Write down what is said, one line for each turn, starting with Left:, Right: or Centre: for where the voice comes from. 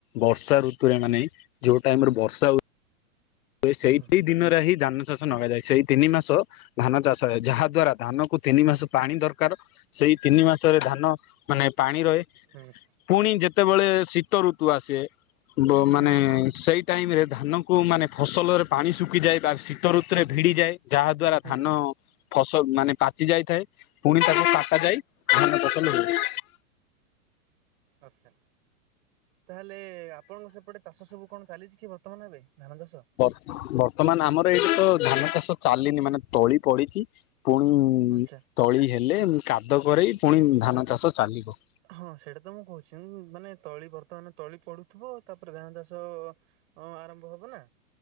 Left: ବର୍ଷା ଋତୁରେ ମାନେ ଯୋଉ ଟାଇମରେ ବର୍ଷା ଉ ସେଇ
Right: ହୁଁ
Left: ତି ଦିନରେ ହିଁ ଧାନ ଚାଷ ଲଗାଯାଏ ସେଇ ତିନି ମାସ ଧାନ ଚାଷ ଯାହା ଦ୍ଵାରା ଧାନ କୁ ତିନି ମାସ ପାଣି ଦରକାର ସେଇ ତିନି ମାସରେ ଧାନ ମାନେ ପାଣି ରହେ
Right: ହୁଁ
Left: ପୁଣି ଯେତେବେଳେ ଶୀତ ଋତୁ ଆସେ ବ ମାନେ
Right: ହୁଁ
Left: ସେଇ ଟାଇମରେ ଧାନକୁ ମାନେ ଫସଲରେ ପାଣି ଶୁଖିଯାଏ ବା ଶୀତ ଋତୁରେ ଭିଡ଼ିଯାଏ ଯାହା ଦ୍ଵାରା
Right: ହୁଁ
Left: ଧାନ ଫସ ମାନେ ପାଚି ଯାଇଥାଏ ପୁଣି ତାକୁ କାଟା ଯାଇ ଧାନ ଫସଲ ହୁଏ।
Right: ଆଛା ତାହେଲେ ଆ - ଆପଣଙ୍କ ସେପଟେ ଚାଷ ସବୁ କଣ ଚାଲିଚି କି ବର୍ତ୍ତମାନ ଏବେ ଧାନ ଚାଷ?
Left: ବର୍ତ୍ତମାନ ଆମର ଏଇଠି ତ ଧାନ ଚାଷ ଚାଲିନି ମାନେ ତଳି ପଡିଚି ପୁଣି
Right: ଆଚ୍ଛା।
Left: ତଳି ହେଲେ କାଦ କରେଇ ପୁଣି ଧାନ ଚାଷ ଚାଲିବ।
Right: ହଁ ସେଇଟା ତ ମୁଁ କହୁଛି ମାନେ ତଳି ବର୍ତ୍ତମାନ ତଳି ପଡୁଥିବ ତାପରେ ଧାନ ଚାଷ ହଁ ଆରମ୍ଭ ହବ ନା